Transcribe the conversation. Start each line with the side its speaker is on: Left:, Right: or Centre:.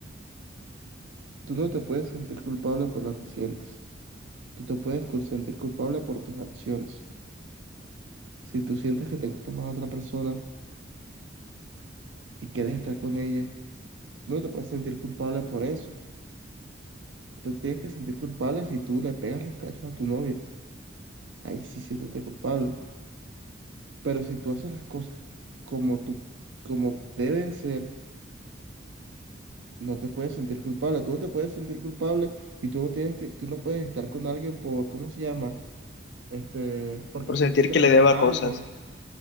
Right: Tú no te puedes sentir culpable por lo que sientes. Tú te puedes cul- sentir culpable por tus acciones. Si tú sientes que te gusta más otra persona, y quieres estar con ella, no te puedes sentir culpable por eso. Tú te tienes que sentir culpable si tú le pegas los cachos a tu novia. Ahí sí siéntete culpable. Pero si tú haces las cosas como tú, como deben ser, no te puedes sentir culpable. Tú no te puedes sentir culpable y tú no tienes que, tú no puedes estar con alguien por, ¿cómo se llama? Este, porque
Left: Por
Right: sientas
Left: sentir
Right: que
Left: que
Right: le
Left: le
Right: debas
Left: deba
Right: a
Left: cosas.
Right: algo,